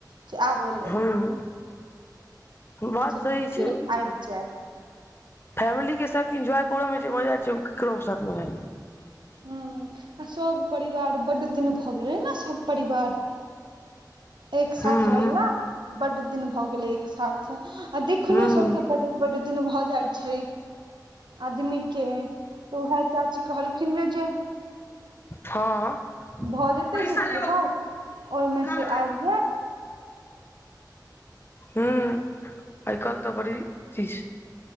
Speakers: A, on the right; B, on the left.
A: जे आबऽ लेल
B: हूँ बात
A: से
B: सही
A: बुची
B: छै
A: आइब जेब
B: फैमिली के साथ एन्जॉय करऽ मे जे मजा छै ओ केकरो के साथ मजा नहि
A: हँ आ सब परिवार बड्ड दिन भऽ गेलै ने सब परिवार एक साथ
B: हूं
A: रहला बड्ड दिन भऽ गेलै एक साथ आ देखलो
B: हूं
A: सबके बड्ड बड्ड दिन भऽ जाइ छै आदमी के तऽ उहे चाची कहलखिन रे जे
B: हँ
A: भऽ जेतै
B: पैसा
A: से घरबास
B: लेबो
A: ओइमे
B: काल
A: से
B: मे
A: आब
B: हू आइ काल्हि तऽ बड़ी चीज